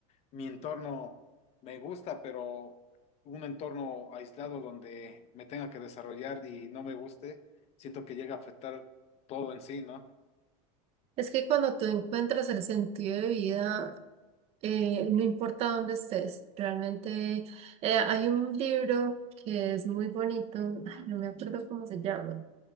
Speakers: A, on the left (about 35°); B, on the right (about 35°).
A: mi entorno me gusta, pero un entorno aislado donde me tenga que desarrollar y no me guste, siento que llega a afectar todo en sí, ¿no?
B: Es que cuando tú encuentras el sentido de vida, eh, no importa dónde estés, realmente eh, hay un libro que es muy bonito, ay, no me acuerdo cómo se llama